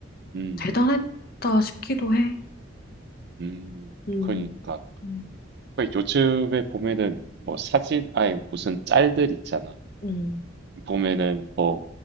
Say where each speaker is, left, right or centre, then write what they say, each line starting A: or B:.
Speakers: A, on the right; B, on the left.
A: 음.
B: 대단했다 싶기도 해.
A: 음.
B: 음,
A: 그러니까.
B: 음,
A: 그 요즘에 보면은 뭐 사진, 아니 무슨 짤들 있잖아.
B: 음.
A: 보면은 뭐